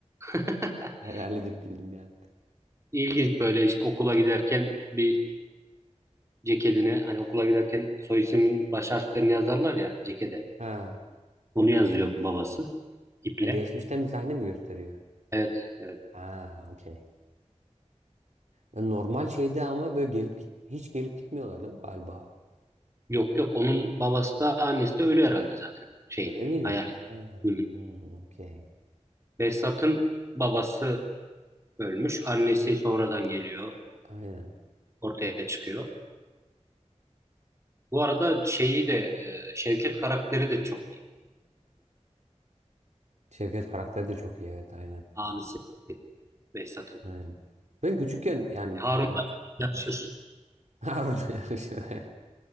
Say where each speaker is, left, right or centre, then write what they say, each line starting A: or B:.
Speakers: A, on the right; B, on the right.
A: <laughs>
B: hayal edip güldüm yani.
A: İlginç böyle işte okula giderken bir ceketine hani okula giderken soy ismin baş harflerini yazarlar ya cekete.
B: Ha,
A: Onu yazıyor babası iple.
B: ya geçmişten bir sahne mi gösteriyor?
A: Evet, evet.
B: Ha, okey. E, Normal şeyde ama böyle gelip git hiç gelip gitmiyorlar değil mi galiba?
A: Yok yok onun babası da annesi de ölü herhalde zaten şeyin
B: Öyle miydi?
A: hayal.
B: Ha.
A: Hı hı.
B: Hmm, okey.
A: Behzat'ın babası ölmüş. Annesi sonradan geliyor.
B: Aynen.
A: Ortaya çıkıyor. Bu arada şeyi de e, Şevket karakteri de çok iyi.
B: Şevket karakteri de çok iyi evet aynen.
A: Abisi Behzat'ın.
B: Aynen. Ben küçükken yani
A: Harun'la
B: kü-
A: yarışır.
B: <laughs> Harun yarışı. <laughs>